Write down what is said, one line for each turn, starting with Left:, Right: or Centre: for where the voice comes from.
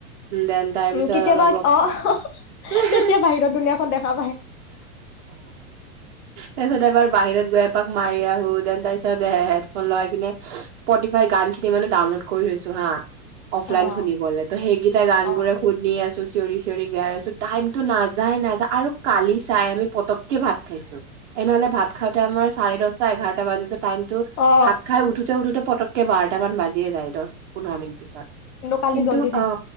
Right: দেন তাৰ
Left: উ
Right: পিছত
Left: কেতিয়াবা
Right: অলপ ৰখি
Left: আহ
Right: আছো
Left: তেতিয়া বাহিৰত দুুনীয়াখন দেখা পায়
Right: তাৰ পিছত এবাৰ বাহিৰত গৈ এপাক মাৰি আহো দেন তাৰ পিছত এ হেডফোন লাই কিনে স্পটিফাই গান খিনি মানে ডাউনলোড কৰি থৈছ চহা অফলাইন
Left: অ
Right: শুনিবলে ত সেইকেইটা গান
Left: অ
Right: বোৰে শুনি আছো চিঞৰি চিঞৰি গাই আছো টাইমতটো নাযাই নাযা আৰু কালি চাই আমি পতককে ভাত খাইছো এনেহলে ভাত খাওঁতে আমাৰ চাৰে দশটা এঘাৰটা বাজত টাইমটো
Left: অ
Right: ভাত খাই উঠোতে উঠোতে পটককে বাৰটা মান বাজিয়ে যায় দশ পোন্ধৰ মিনিত পিছত
Left: কালি
Right: কিন্তু
Left: জল্দি খাইছ
Right: অ